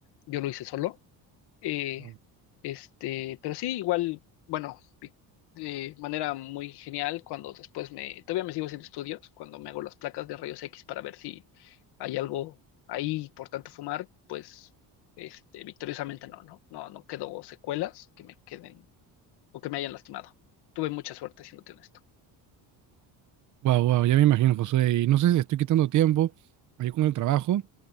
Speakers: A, on the left (about 70°); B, on the right (about 45°).
A: Yo lo hice solo eh,
B: wow.
A: este, pero sí, igual, bueno, pi- de manera muy genial cuando después me, todavía me sigo haciendo estudios, cuando me hago las placas de rayos X para ver si hay algo ahí, por tanto fumar, pues, este, victoriosamente no, no, no, no quedó secuelas que me queden o que me hayan lastimado. Tuve mucha suerte, siéndote honesto.
B: Wow, wow, ya me imagino, José. Y no sé si estoy quitando tiempo ahí con el trabajo.